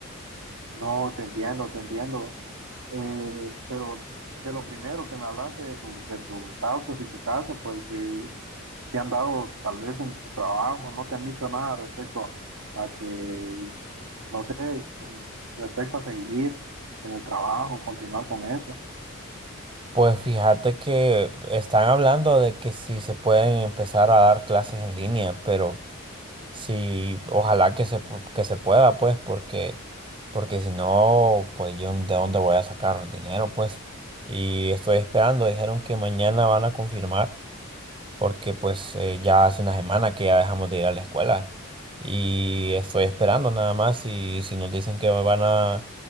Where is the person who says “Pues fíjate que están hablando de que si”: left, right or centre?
Right